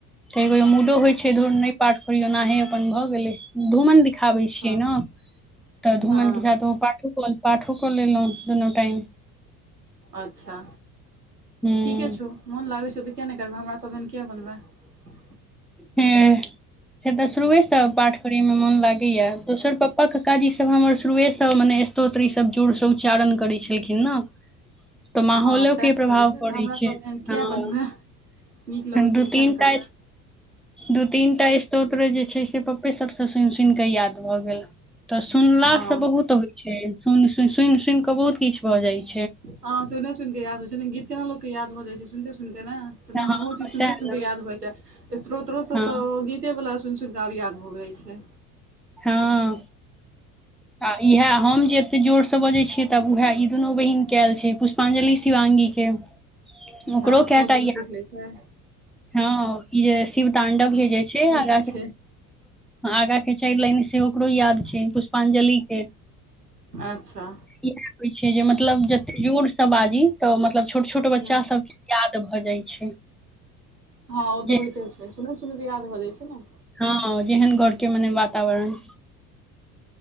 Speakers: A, in the centre; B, on the right.
A: गोो मूडो होइ छै नहि पाठ करियौ नहे अपन भऽ गेलै धूमन द आबै छियै
B: हँ
A: ने तऽ धूमन
B: हँ
A: के साथ पाठो पाठो कऽ लेलहुँ दुनू टाइम
B: अच्छा
A: हूँ
B: ठीके छौ मोन लागे छौ तऽ किया नहि करब हमरा सब किया बनबे ह
A: हुँ से तऽ शुरुएसँ पाठ करैमे मोन लागैया दोसर पपापा क काजी सब हमर शुरुएसँ मने स्तोत्र ई सब जोरसँ उच्चारण करै छलखिन ने तऽ माहौलो
B: हँ तैं
A: के
B: कहलियौ
A: प्रभाव
B: ने
A: पड़ैत
B: हमरा
A: छै
B: सब एहन किया
A: हँ
B: बनबै नीक लगै
A: दू
B: छौ तऽ
A: तीनटााज
B: किया नहि करबै
A: दू तीनटा स्तोत्र जे छै से पप्पे सबसँ सुनि सुनि कऽ याद भऽ गेल तऽ सुनलासँ
B: हँ
A: बहुत होइ छै सुनिनि सुनि सुनि कऽ बहुत किछु भऽ जाइ छै
B: ह सुने सुने याद होइ छै ने गीत केना लोको के याद हो जाइ छै सुने सुन तना
A: हँ
B: ओहो चीज सुनते
A: सएह
B: सुनते
A: ने
B: याद होय छै स्रोतो त
A: हँ
B: गीते वाला सुनि सुन कऽ आब याद भऽ जाइ छै
A: हँ आ इएह हम जे एतेक जोरसँ बजैत छियै तब उएह ई दुनू बहिन कयल छै पुष्पांजलि शिवांगी ी के
B: अच्छा
A: ओकरो कएटा
B: ओ दुनू
A: याद
B: सिख ले छै
A: हँ जे शिव तांडव हे जे छै
B: नीक
A: आग
B: छै
A: आगा के चढ़ लकरो याद छै पुष्पांजलि के
B: अच्छा
A: इ होइ छै जे मतलब जते जोर सब बाजी तऽ मतलब छोट छोट
B: ह
A: बच्चा सब याद भऽ जाइ छै
B: हँं
A: जे
B: तऽ होयइते हो छै सुन सुनै याद भ जाइ छै ने
A: हँ जेहन घरके मने वातावरण